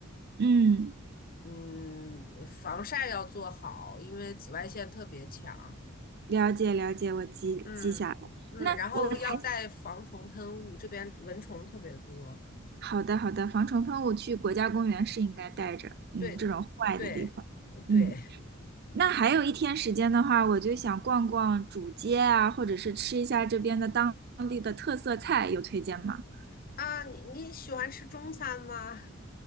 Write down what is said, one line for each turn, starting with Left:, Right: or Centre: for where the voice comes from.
Right: 嗯。
Left: 嗯，防晒要做好，因为紫外线特别强。
Right: 了解了解，我记记下来。
Left: 嗯嗯，
Right: 那我还
Left: 然后要带防虫喷雾，这边蚊虫特别多。
Right: 好的好的，防虫喷雾去国家公园是应该带着，嗯，
Left: 对
Right: 这种户外的地方，
Left: 对。
Right: 嗯。
Left: 对，
Right: 那还有一天时间的话，我就想逛逛主街啊，或者是吃一下这边的当地的特色菜，有推荐吗？
Left: <laughs> 啊，你你喜欢吃中餐吗？